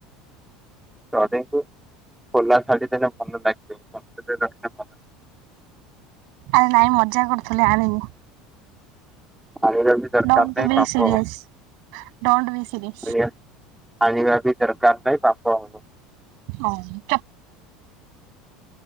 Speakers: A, in the centre; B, on the right.
A: ଚଢେଇଙ୍କୁ ଖୋଲା ଛାଡି ଦେଲେ ଭଲ ଲାଗିବ ପଞ୍ଜୁରିରେ ରଖିନେ କଁ
B: ଆରେ ନାଇଁ ମଜାକ୍ କରୁଥିଲି ଆଣିନି।
A: ଆଣିବା ବି ଦରକାର
B: ଡୋଣ୍ଟ
A: ନାହିଁ
B: ଟୁ ବି
A: ପାପ
B: ସିରିଏସ ଡୋଣ୍ଟ ବି ସିରି
A: ଆଣିଆ ଆଣିବା ଜେଦି ଦର୍କାର ନାହିଁ ପାପ ହବ।
B: ହଁମ୍।